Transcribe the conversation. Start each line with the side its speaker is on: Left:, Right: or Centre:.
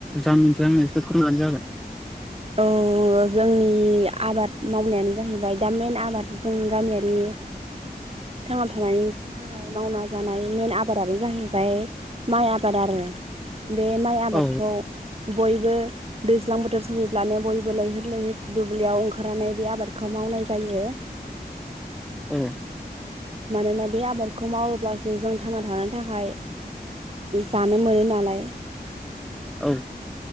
Centre: जामिनथियो आंनो एसे फोरोंबानो जागोन।
Right: औ जोंनि आबाद मावनायानो जाहैबाय दा मेन आबाद जों गामियारि थांना थानायनि थाखाय मावना जानाय मेन आबादानो जाहैबाय माइ आबाद आरो। बे माइ आबादखौ
Centre: औ
Right: बयबो दैज्लां बोथोर सहैब्लानो बयबो लैहोर लैहोर दुब्लियाव ओंखारनानै बे आबादखौ मावनाय जायो। <inaudible>
Centre: औ
Right: मानोना बे आबादखौ मावोब्लासो जों थांना थानो थाखाय जानो मोनो नालाय
Centre: औ